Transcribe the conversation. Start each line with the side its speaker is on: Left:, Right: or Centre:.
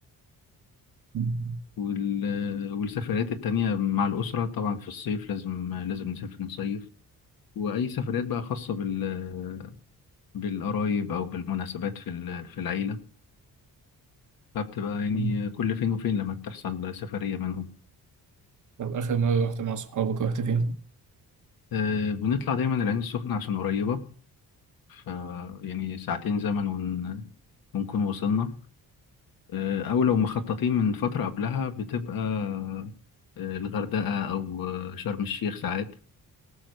Right: مم.
Left: وال... والسفريات التانية مع الأسرة طبعا في الصيف لازم لازم نسافر نصيف وأي سفريات بقى خاصة بال... بالقرايب أو بالمناسبات في ال... في العيلة فبتبقى يعني
Right: مم.
Left: كل فين وفين لما بتحصل سفرية منهم
Right: طب اخر مرة رحت مع صحابك رحت فين؟
Left: أه بنطلع دايما العين السخنة عشان قريبة ف يعني ساعتين زمن ون... ونكون وصلنا آه، او لو مخططين من فترة قبلها بتبقى آه، الغردقة او آه، شرم الشيخ ساعات